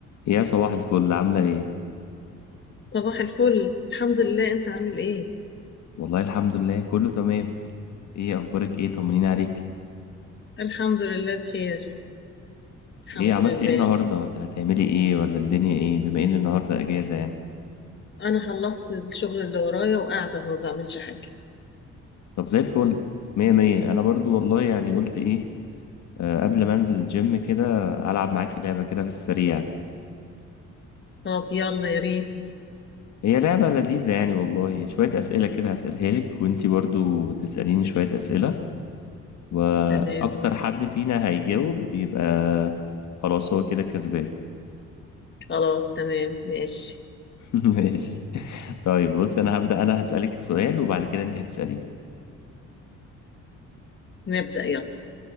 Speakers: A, on the left; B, on the left.
A: يا صباح الفل عاملة ايه؟
B: صباح الفل الحمد لله انت عامل ايه
A: والله الحمد لله كله تمام ايه اخبارك ايه طمنين عليك
B: الحمد لله بخير الحمد
A: ايه عملت
B: لله
A: ايه النهاردة ولا هتعملي ايه ولا الدنيا ايه بما ان النهاردة اجازة يعني
B: انا خلصت الشغل اللي ورايا وقاعده اهو ما بعملش حاجه
A: طب زي الفل مية مية انا برضو والله يعني قلت ايه آه قبل ما انزل الجيم كده العب معاكي لعبة كده في السريع
B: طب يلا يا ريت
A: هي لعبة لذيذة يعني والله شوية اسئلة كده هسألها لك وانتي برضو تسأليني شوية اسئلة واكتر
B: تمام
A: حد فينا هيجاوب يبقى خلاص هو كده الكسبان
B: خلاص تمام ماشي
A: <laughs> ماشي طيب بص انا هبدأ انا هسألك سؤال وبعد كده انت هتسأليني
B: نبدأ يلا